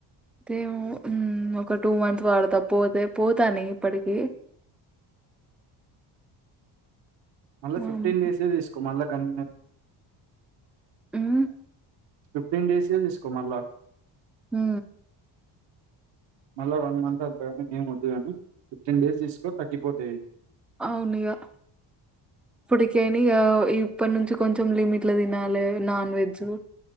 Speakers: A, in the centre; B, on the right.
A: అేమ ఒక టూ మంత్ వాడతా పోతే పోతాను ఇప్పటికి
B: మళ్ళీ
A: వామ్మో
B: ఫిఫ్టీన్ డసే తీసుకో మళ్ళ గ
A: ఉమ్
B: ఫిఫ్టీన్ డేస్ ఏ చేసుకో మళ్ళ
A: హ
B: మళ్ళా వన్ మంత్ అంతగాని మేముద్దుగాని ఫిఫ్టీన్ డేస్ తీసుకోని తగ్గిపోతాయిది
A: అవునగా పొడికాయినా ఇ ఇప్పటి నుంచి కొంచెం లిమిట్లు తినాలి నాన్ వెజ్